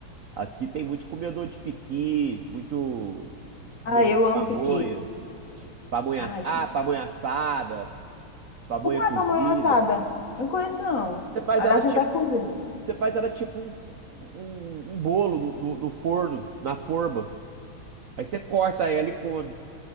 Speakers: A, on the right; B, on the left.
A: aqui tem muito comedor de piqui, muito
B: Ah,
A: comedor
B: eu
A: de
B: amo
A: pamonha.
B: piqui.
A: Pamonha,
B: Ai,
A: ass- ah, pamonha assada, Pamonha
B: como é
A: cozida.
B: pamonha assada? Eu não conheço, não.
A: Você faz
B: A
A: ela
B: da gente
A: tipo,
B: é cozida.
A: você faz ela tipo um, um- um bolo no, no- no forno, na forma. Aí você corta ela e come.